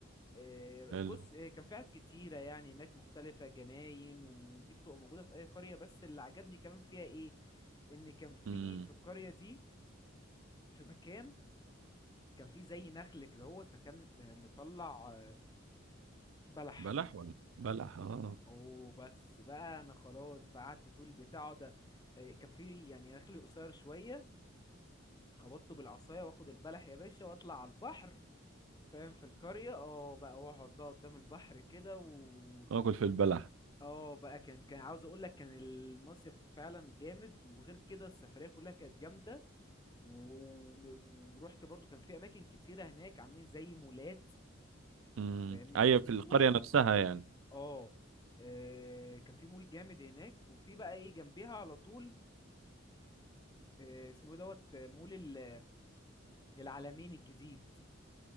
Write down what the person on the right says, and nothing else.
حلو
امم
بلح ولا بلح اه
اكل في البلح
امم
ايوه
في القرية
نفسها يعني